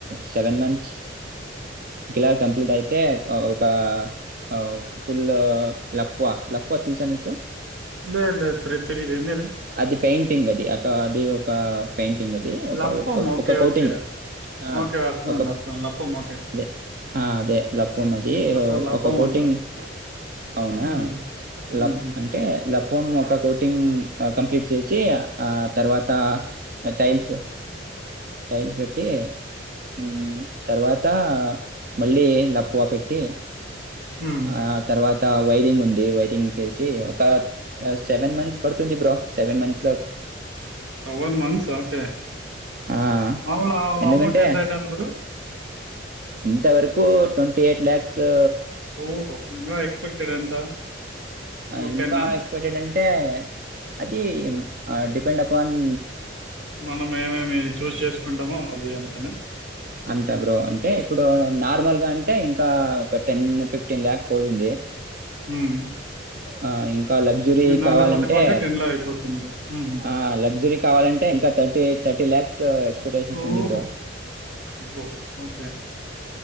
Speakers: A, on the right (about 50°); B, on the right (about 85°).
A: సెవెన్ మంత్స్ గిలా కంప్లీట్ అయితే ఒక ఆ ఫుల్ లప్పువ లప్పువ తెలుసా నీకు
B: లేదు లేదు త్రి తెలీదు ఏందది
A: అది పెయింట్ టింగ్ అది అక అది ఒక పెయింటింగ్ అది ఒక
B: లప్పం
A: ఒక
B: ఓకే
A: ఒక కోటింగ్
B: ఓకే
A: ఆ
B: ఓకే అర్థమైంది
A: ఒక
B: అర్థమైంది లప్పం ఓకే
A: అదే ఆ అదే లప్పం అది
B: సో లప్పం
A: ఒక కోటింగ్
B: అంటారు
A: అవునా
B: ఉమ్
A: లిప్
B: ఉహు
A: అంటే ఫం ఒక కోటింగ్ కంప్లీట్ చేసి ఆ తర్వాత టైల్స్ టైల్స్ పెట్టి ఉమ్ తర్వా త మళ్ళీ లప్పువ పెట్టి
B: ఉమ్
A: ఆ తర్వాత్ త వైరింగ్ ఉంది వైరింగ్ చేసి ఒక సెవెన్ మంత్స్ పడుతు ఉంది bro seven months
B: seven months okay
A: ఆ!
B: మాములు
A: ఎందుకంటే
B: అమౌంట్ ఎంతయితది బ్రో
A: ఇంతవరకు ట్వంటీ ఎయిట్ ల్యాక్సు
B: ఓహో ఇంగ ఎక్స్పెక్టెడ్ ఎంత ఇంకొక
A: ఇంకా
B: టెన్నా
A: ఎక్స్పెక్టెడ్ అంటే అది ఆ డిపెండ్ అప్అన్
B: మనం ఏమేమి చూస్ చేసుకుంటామో అవి అంతేనా
A: తే బ్రో అంటే ఇప్పుడు నార్మల్ గా అంటే ఇంకా ఒక టెన్ ఫిఫ్టీన్ ల్యాక్ పోతుంది
B: ఉమ్
A: ఆ ఇన్ కా లగ్జురీ
B: దాంట్లో
A: కావాలంటే
B: సర్దుకుంటే అయిపోతుంది. హ్మ్.
A: ఆ లగ్జురీ కావాలంటే ఇంకా థర్ టే థర్టీ ల్యాక్స్ త్ ఎక్స్పటేషన్స్
B: ఓహో!
A: ఉంది బ్రో
B: అబ్బో! ఓకే.